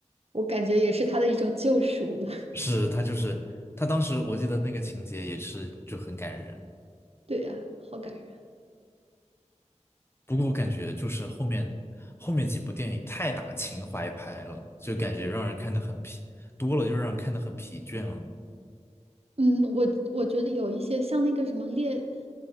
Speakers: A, on the right (about 55°); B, on the left (about 20°).
A: 我感觉也是他的一种救赎了。<laughs>
B: 是他就是他当时我记得那个情节也是就很感人。
A: 对呀，好感人。
B: 不过我感觉就是后面后面几部电影太打情怀牌了，就感觉让人看得很疲，多了就让人看得很疲倦了。
A: 嗯，我我觉得有一些像那个什么猎，